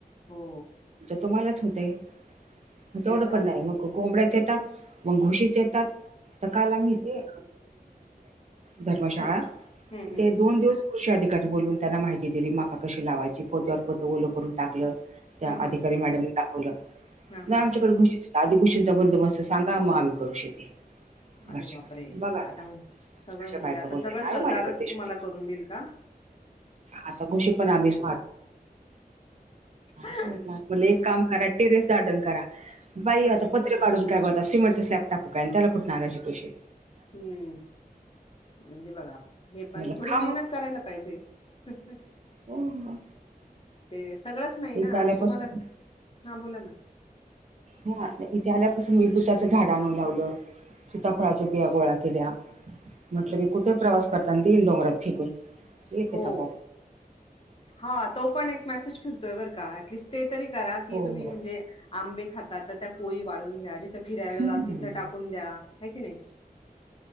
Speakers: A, on the left; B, on the right.
A: हो.
B: तुम्हालाच होते. तेवढं
A: ते
B: पण
A: तर आहे.
B: नाही मग कोंबड्याच येतात मग घोशीच येतात तर काल आम्ही ते धर्मशाळा
A: हं, हं,
B: तथे
A: हं.
B: दोन दिवस कृषी अधिकारी बून त्यांना माहिती क दिली म कशी लावायची पोत्यावर पोत ओल करून टाकलं. त्या
A: हं,
B: अधिकारी
A: हं.
B: मॅडम दाखवलं
A: हां,
B: नाही
A: हां.
B: आमच्याकडे घुशी आधि कुशीींचा बंदोबस्त सांगा मग आम्ही करू शेती घरच्या
A: अरे बापरे!
B: घरी बघा
A: आता सगळं
B: अशा
A: म्हणजे
B: बायका
A: आता
B: बोलतात
A: सगळं
B: आहे
A: सरकारच
B: माझ्याकडे ते शेती
A: तुम्हाला करून देईल का.
B: आता घुशी पण आम्हीच
A: <unintelligible>
B: होला एक काम करा टेरेस गार्डन करा बाई
A: हं.
B: आता पत्र काढून काय बोलात सिमंटं स्लॅब टाकूय आणि त्याला कुठ आ अशी पोशीेत
A: हम्म म्हणजे बघा हे पण
B: म्हणलं
A: थोडी
B: खा
A: मेहनत
B: मग
A: करायला पाहिजे. ह.
B: हो, हो.
A: ते सगळंच नाही ना
B: इथे आल्यापासून
A: आता तुम्हाला हां बोला ना.
B: हा इथे आल्यापासून मी बुचाच झाड आणू लावलं सीताफळाचे
A: अरे वा
B: बिया गोळा केल्या म्हटलं
A: अरे वा
B: मी कुठे प्रवास करता देन डोंगरात फेकून येत
A: हो
B: त प
A: हा तो पण एक मेसेज फिरतोय बर का टलिस्ट ते तरी करा की
B: हो
A: तुम्ही
B: हो
A: म्हणजे आंबे खातात तर त्या कोळी वाळून घ्या. तिथ फिरायला
B: हम्म.
A: जाल तिथं टाकून द्या ह की नाही.